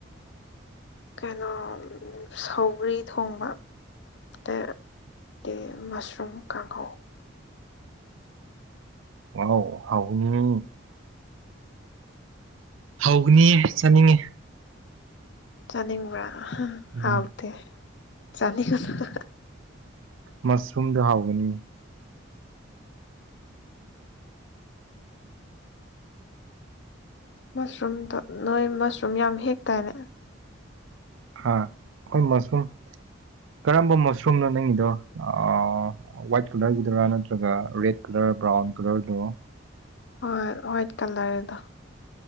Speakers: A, on the left (about 60°); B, on the right (about 75°).
A: ꯀꯩꯅꯣ ꯎꯝ ꯁꯧ ꯁꯧꯒ꯭ꯔꯤ ꯊꯣꯡꯕ ꯑꯗꯒꯤ ꯃꯁꯔꯨꯝ ꯀꯥꯡꯒꯧ
B: ꯑꯥꯎ ꯍꯥꯎꯅꯤ ꯍꯥꯎꯒꯅꯤꯌꯦ ꯆꯥꯅꯤꯡꯉꯦ
A: ꯆꯥꯅꯤꯡꯕ꯭ꯔꯥ
B: ꯎꯝ
A: ꯍꯥꯎꯇꯦ ꯆꯥꯅꯤꯡꯉꯨꯅꯨ
B: ꯃꯁꯔꯨꯝꯗꫭ ꯍꯥꯎꯕꯅꯤ
A: ꯃꯁꯔꯨꯝꯗꯣ ꯅꯣꯏ ꯃꯁꯔꯨꯝ ꯌꯥꯝ ꯍꯦꯛꯇꯥꯏꯅꯦ
B: ꯍꯥ ꯑꯈꯣꯏ ꯃꯁꯔꯨꯝ ꯀꯔꯝꯕ ꯃꯁꯔꯨꯝꯅꯣ ꯅꯪꯒꯤꯗꯣ ꯑꯥ ꯋꯥꯏꯠ ꯀꯂꯔꯒꯤꯗꯨꯔꯥ ꯅꯠꯇ꯭ꯔꯒ ꯔꯦꯠ ꯀꯂꯔ ꯕ꯭ꯔꯥꯎꯟ ꯀꯂꯔ ꯗꯨꯔꫭ
A: ꯍꯣꯏ ꯍ꯭ꯋꯥꯏꯠ ꯀꯂꯔꯗꫭ